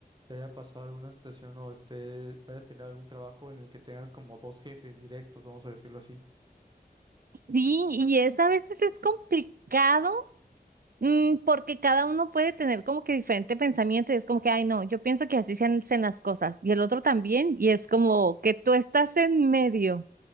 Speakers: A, on the right; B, on the right.
A: te haya pasado alguna situación o esté, hayas tenido algún trabajo en el que tengas como dos jefes directos, vamos a decirlo así.
B: Sí, y es a veces es complicado Mm, porque cada uno puede tener como que diferente pensamiento y es como que, ay, no, yo pienso que así se hacen las cosas y el otro también y es como que tú estás en medio.